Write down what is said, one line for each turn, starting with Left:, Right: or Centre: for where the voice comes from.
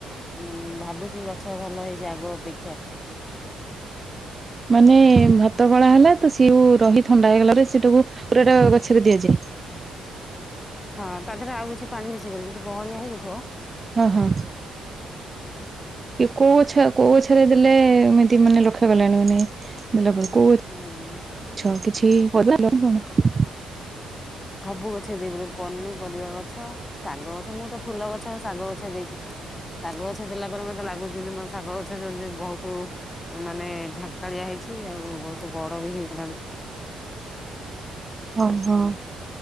Left: ଉଁ, ଭାବୁଛି ଗଛ ଭଲ ହେଇଛି ଆଗ ଅପେକ୍ଷା।
Right: ମାନେ ଭାତ ଗଳା ହେଲା ତ ସିଏଉ ରହି ଥଣ୍ଡା ହେଇଗଲା ସେଟାକୁ ପୁରା ଟା ଗଛରେ ଦିଆଯାଏ।
Left: ହଁ ତା ଦେହରେ ଆଉ କିଛି ପାଣି ମିସେଇବନି ସେ ଯଦି ବହଳିଆ ହେଇଯାଇଥିବ
Right: ହଁ ହଁ କୋଉ ଗଛ କୋଉ ଗଛରେ ଦେଲେ ଏମିତି ମାନେ ଲକ୍ଷ କଲାଣି ମାନେ ଦେଲା ପରେ କୋଉ ଗଛ
Left: ଉଁ
Right: କିଛି ପରିବା <unintelligible> କଣ।
Left: ସବୁ ଗଛ ଦେଇପାରିବ ପନିପରିବା ଗଛ, ଶାଗ ଗଛ, ମୁଁ ତ ଫୁଲ ଗଛ ଶାଗ ଗଛ ଦେଇଚି। ଶାଗ ଗଛ ଦେଲା ପରେ ମତେ ଲାଗୁଛି ଜେନ୍ତି ମୋ ଶାଗ ଗଛ ଯେମିତି ବୋହୁତୁ ମାନେ ଝାଙ୍କାଳିଆ ହେଇଛି, ଆଉ ବୋହୁତୁ ବଡ ବି ହେଇଗଲାଣି।
Right: <unintelligible> ହଁ।